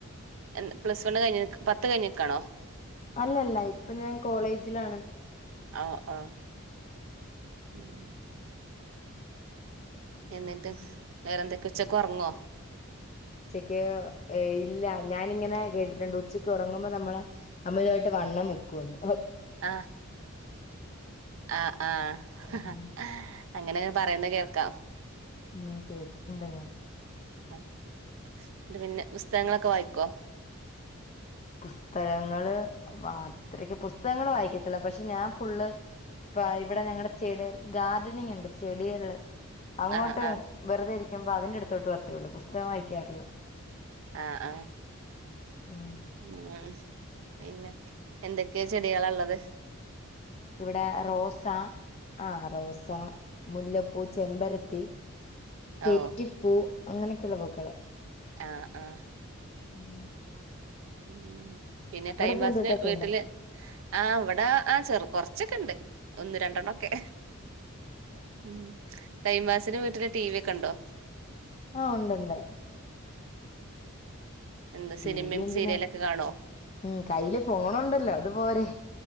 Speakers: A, on the right; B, on the left.
A: എൻ പ്ലസ് വണ്ണ് കഴിഞ്ക്ക് പത്ത് കഴിഞ്ഞ്ക്കാണോ
B: അല്ലല്ല ഇപ്പൊ ഞാൻ കോളേജിലാണ്.
A: ആഹ് ആഹ് ഉം എന്നിട്ടും
B: ഉം
A: വേറെ എന്ത ഉച്ചക്ക് ഉറങ്ങോ
B: ഉച്ചക്ക് ഏ ഇല്ല ഞാനിങ്ങനെ കേട്ടിട്ടുണ്ട് ഉച്ചക്ക് ഉറങ്ങുമ്പോൾ നമ്മൾ അമിതമായിട്ട് വണ്ണം വെക്കുന്ന്.
A: ആഹ് ആഹ് ആഹ്
B: ഉം
A: അങ്ങനെ പറയുന്ന കേൾക്കാം.
B: ഉം കേട്ടിട്ടുണ്ട് ഞാൻ
A: അ എന്നിട്ട് പിന്നെ പുസ്തകങ്ങളൊക്കെ വായിക്കോ?
B: പുസ്തകങ്ങള് വാ അത്രക്ക് പുസ്തകങ്ങള് വായിക്കത്തില്ല പക്ഷെ ഞാൻ ഫുള്ള് പ്പ ഇവിടെ ഞങ്ങടെ ചെട് ഗാർഡനിങ് ഉണ്ട് ചെടികള് അങ്ങോട്ട്
A: ആ ആ
B: വെറുതെ ഇരിക്കു വുമ്പ അതിന്റെ അടുത്തോട്ട് വത്തേയുള്ളൂ പുസ്തകം വായിക്കാറില്ല
A: ആഹ് ആഹ്
B: ഉം
A: ഉം പിന്നെ എന്തൊക്കെ ചെടികള ള്ളത്
B: ഇവിടെ റോസ ആഹ് റോസ, മുല്ലപ്പൂ ചെമ്പരത്തി തെറ്റിപ്പൂ
A: ഓ
B: അങ്ങനെയൊക്കെയള്ള പൂക്കള്.
A: ആഹ് ആഹ്
B: ഉം
A: ഉം പിന്നെ ടൈം
B: പൂന്തോട്ടൊക്കെ
A: പാസിന് വീട്ടില്
B: ഉണ്ടോ
A: ആ വടെ ആ ചെറു കൊറച്ചൊക്കെ ണ്ട് ഒന്ന് രണ്ടെണ്ണം ഒക്കെ ഉ ടൈം പാസിനു വീട്ടില് ടി വി കണ്ടോ
B: ആഹ് ഉണ്ട്ണ്ട്
A: ഉം എന്താ
B: ടി
A: സിനിമയും
B: വി എന്തിനാ
A: സീരിയലൊക്കെ കാണോ
B: ഉം കയ്യില് ഫോണുണ്ടല്ലോ അത്പോരെ